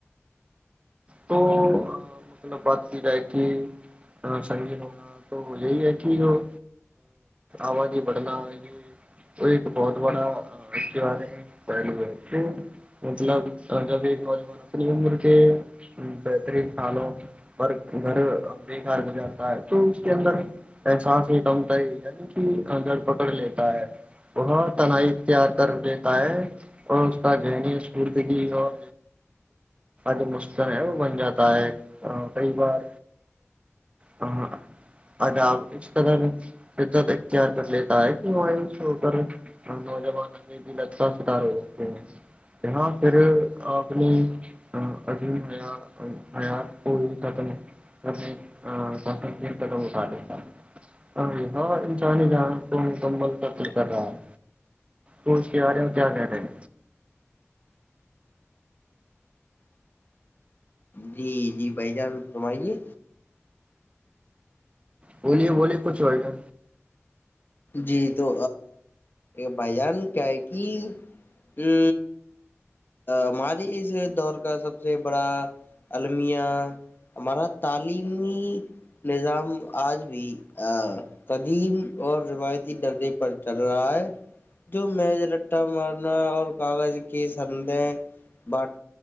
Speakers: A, on the right (about 25°); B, on the left (about 45°).
A: تو مطلب بات کی جائے کہ سنگین ہونا تو یہی ہے کہ جو آبازی بڑھنا ہو یہی وہ ایک بہت بڑاے پہلو ہے مطلب جب ایک نوجوان اپنی عمر کے بہترین سالوں اور گھر بےیکار گزاتا ہے تو اس کے اندر ایساس ہی کمتا ہی یعنی کہ گھر پکڑ لیتا ہے وہ تنائی اختیار کر لیتا ہے اور اس کا ذہنی سوردگی اور د مستن ہے وہ بن جاتا ہے کئی بار ہ ادا اسس طر فت اختیار کر لیتا ہے کہ مایوس ہو کر نوجوان بھی لگتاا شکار ہو جاتے ہیں ہاں پھر اپنی ابھی میا حیا ہو جات نہیں تو وہ پٹتا ہاں ہاں ان نہیں ج کو مکمل کا پل کر رہا ہے اس اس کے بارے میں کیا کہہ رہے ہیں
B: جی جی بھائی جان فرمائیے
A: بولیے بولیے کچھ ہو رہا ہے
B: جی تو بھائی جان کیا ہے کہ ا ہماریے اس دور کا سب سے بڑا المیہ ہمارا تعلیمی نظام آج بھی قدیم اور روایتی ہی ڈرے پر چل رہا ہے جو میز رٹا مارنا اور کاغذ کی سدیں باٹ